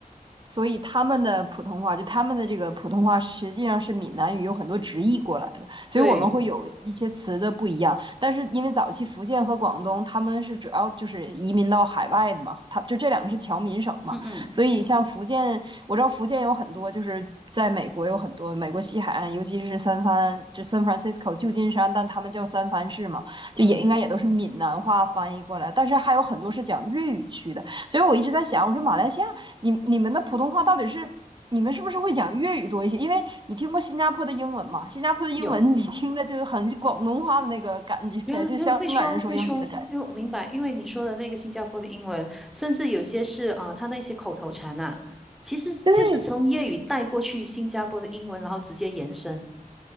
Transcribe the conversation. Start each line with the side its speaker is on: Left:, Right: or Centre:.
Right: 所以他们的普通话，就他们的这个普通话，实际上是闽南语有很多直译过来的，所以我们会有一些词的不一样。
Centre: 对，
Right: 但是因为早期福建和广东他们是主要就是移民到海外的嘛，他就这两个是侨民省嘛，
Centre: 嗯嗯
Right: 所以像福建，我知道福建有很多就是在美国有很多美国西海岸，尤其是三藩，就 San Francisco 旧金山，但他们叫三藩市嘛，就也应该也都是闽南话翻译过来，
Centre: 嗯，
Right: 但是还有很多是讲粤语区的。所以我一直在想，我说马来西亚，你你们的普通话到底是你们是不是会讲粤语多一些？因为你听过新加坡的英文嘛，新加坡的英文你听着就是很广东话的那个感觉，
Centre: 有，然后因为会说会说，
Right: <laughs> 就香港人说英语的感觉。
Centre: 因为我明白，因为你说的那个新加坡的英文，甚至有些是啊、呃他那些口头禅啊，其实是就是从粤语带过去新加坡的英文，
Right: 对，
Centre: 然后直接延伸，